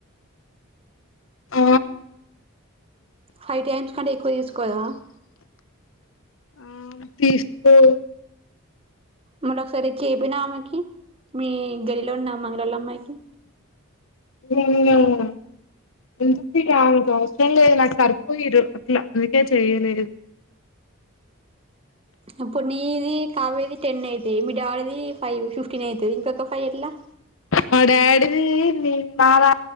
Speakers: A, on the left (about 65°); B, on the right (about 25°).
A: ఆ
B: ఫైవ్ టైమ్స్ కంటే ఎక్కువ తీసుకోదా?
A: ఆ తీసుకోద్
B: మల్ల ఒకసారి చేపోయినవ్ ఆమెకి? మీ గల్లిలో ఉన్న మంగలోళ్ళ అమ్మాయికి?
A: ఉమ్ ఎందుకిగ ఆమెతో అవసరం లేదు నాకు సరిపోయిర్రు అట్లా అందుకే చెయలేదు
B: ఇప్పుడు నీది కావ్యది టెన్ అయితయ్, మీ డాడిది ఫైవ్ ఫిఫ్టీన్ అయితది ఇంకొక ఫైవ్ ఎట్లా?
A: మా డాడీది నేన్ మాడా